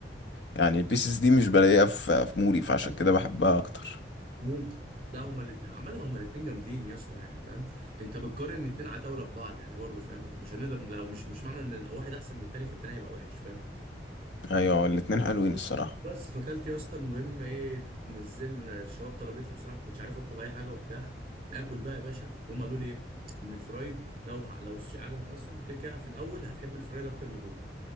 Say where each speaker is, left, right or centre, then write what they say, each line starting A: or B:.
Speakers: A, on the left; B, on the right.
A: يعني البيسز دي مش بلاقيها في في موري فعشان كده بحبها اكتر
B: ممكن لا هما الاثنين عامة هما الاثنين جامدين يا اسطى يعني فاهم انت بتقارن اتنين عتاولة ببعض يعني برضه فاهم مش هنقدر لو مش مش معنى ان واحد احسن من التاني فالتاني هيبقى وحش فاهم
A: ايوه الاتنين حلوين الصراحه
B: بس فاكلت يا اسطى المهم ايه نزلنا الشباب طلبت لي بصراحه ما كنتش عارف اطلب اي حاجه وبتاع ناكل بقى يا باشا هم قالوا لي ايه ان الفرايد لو لو السوشي عجبك اصلا كده كده في الاول هتحب الفرايد اكتر من الرو